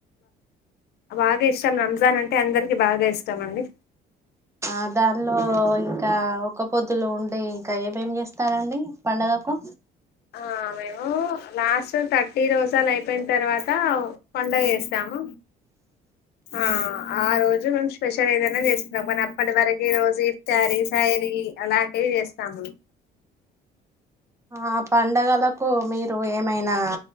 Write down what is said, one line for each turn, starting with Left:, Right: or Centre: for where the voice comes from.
Left: బాగా ఇష్టం రంజాన్ అంటే అందరికి బాగా ఇష్టం అండి
Right: ఆ దానిలో ఇంకా ఒక పొద్దులు ఉండి ఇంకా ఏమేమి చేస్తారండి పండగకు
Left: ఆ మేము లాస్ట్ థర్టీ రోజాలు అయిపోయిన తర్వాత పండగ చేస్తాము ఆ ఆ రోజు మేము స్పెషల్ ఏదనా చేసుకున్నాం కానీ అప్పటి వరకు ఈ రోజు ఇప్ థైరి శైరీ అలాంటివి ఏస్తాము
Right: ఆ పండగలకు మీరు ఏమైనా